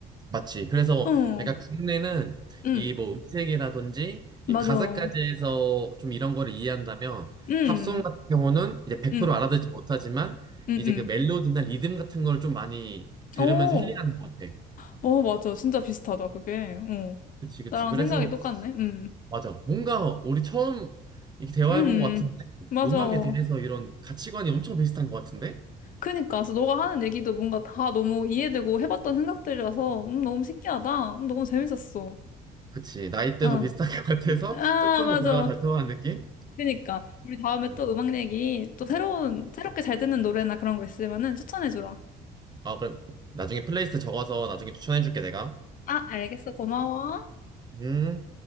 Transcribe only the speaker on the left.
어,
응,
맞아.
응,
응,
응,
응. 어,
어, 맞아. 진짜 비슷하다, 그게. 어.
나랑
생각이 똑같네. 응.
음, 음.
맞아.
그니까, 그래서 너가 하는 얘기도 뭔가 다 너무 이해되고 해봤던 생각들이라서, 음, 너무 신기하다. 음, 너무 재밌었어.
어.
아,
맞아.
그니까. 우리 다음에
또 음악 얘기, 또 새로운, 새롭게 잘 듣는 노래나 그런 거 있으면은 추천해주라.
아, 알겠어. 고마워.